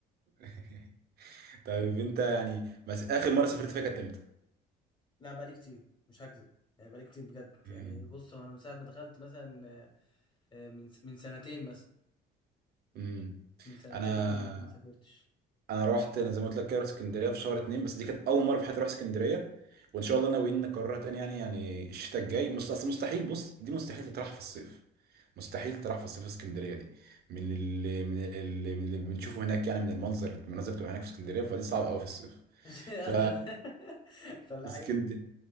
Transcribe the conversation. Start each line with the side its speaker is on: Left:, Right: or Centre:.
Right: <laughs> طيب انت يعني بس اخر مره سافرت فيها كانت امتى
Left: لا بقالي كتير مش هكذب يعني بقالي كتير بجد
Right: امم
Left: يعني بص هو انا من ساعه ما دخلت مثلا آه، آه، من من سنتين مثلا
Right: امم
Left: من سنتين
Right: انا
Left: انا ما ما سافرتش
Right: انا رحت انا زي ما قلت لك كده رحت اسكندريه في شهر اتنين بس دي كانت اول مره في حياتي اروح اسكندريه وان شاء الله ناويين نكررها تاني يعني يعني الشتاء الجاي مست- اصل مستحيل بص دي مستحيل تطرح في الصيف مستحيل تطرح في الصيف اسكندريه دي من اللي من اللي, من اللي بنشوفه هناك يعني من المنظر المناظر بتبقى هناك في اسكندريه فدي صعبه قوي في الصيف
Left: <laughs> آه،
Right: ف
Left: ده- ده- فلاحين
Right: اسكند...